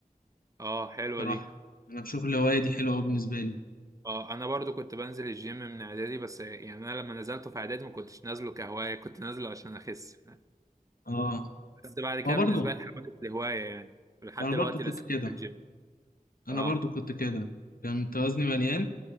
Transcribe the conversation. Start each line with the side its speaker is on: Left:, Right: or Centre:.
Right: اه حلوة
Left: بصراحة
Right: دي
Left: أنا بشوف الهواية دي حلوة أوي بالنسبة لي
Right: اه انا برضو كنت بنزل الجيم من اعدادي بس يعني انا لما نزلته في اعدادي ما كنتش نازله كهوايه كنت نازله عشان اخس
Left: اه
Right: بس بعد كده
Left: ما برضه
Right: بالنسبه لي اتحولت لهوايه يعني لحد
Left: أنا
Right: دلوقتي
Left: برضه كنت
Right: لسه
Left: كده
Right: في الجيم
Left: انا
Right: اه
Left: برضو كنت كده كنت وزني مليان